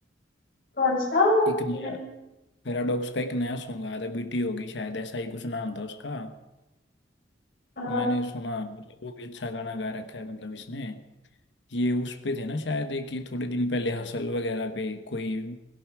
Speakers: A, on the left; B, on the left.
A: कौन सा
B: एक नया
A: मैंने-
B: पैराडॉक्स का एक नया सॉन्ग आया था बीटी होगी शायद ऐसा ही कुछ नाम था उसका
A: अ,
B: मैंने सुना मतलब वो भी अच्छा गाना गा रखा है मतलब इसने ये उस पे थे ना शायद एक ये थोड़े दिन पहले हसल वगैरह पे कोई